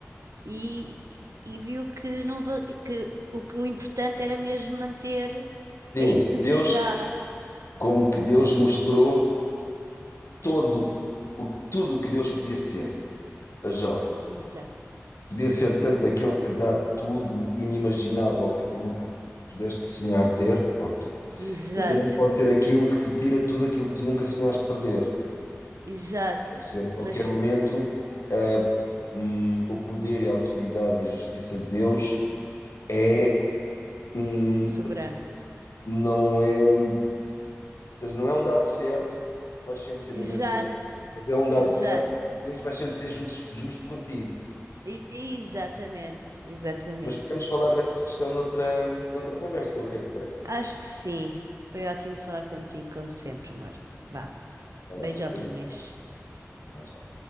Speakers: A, on the right; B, on the left.
A: e, e viu que, não, val- que o, que o importante era mesmo manter
B: Sim,
A: a integridade.
B: Deus, como que Deus mostrou todo o, tudo o que Deus podia ser a Jó.
A: Exato,
B: Podia ser tanto aquele que dá tudo inimaginável que tu nunca pudeste sonhar ter, ou
A: exato,
B: mas também pode ser aquilo que te tira tudo aquilo que tu nunca sonhaste perder.
A: exato.
B: A perceber, em qualquer
A: Mas
B: momento, a- hum, o poder e a autoridade e a justiça de Deus é, hum,
A: soberano.
B: não é um, ou seja, não é um dado certo que vais sempre ser
A: Exato,
B: abençoado por Deus, mas é um
A: exato.
B: dado certo que Deus vai sempre ser justo, justo contigo.
A: E- Exatamente, exatamente.
B: Mas podemos falar dessa questão noutra, noutra conversa, o que é que te parece?
A: Acho que sim. Foi ótimo falar contigo, como sempre, amor. Vá,
B: Tá vá,
A: beijoquinhas.
B: beijinhos. Tchau, tchau.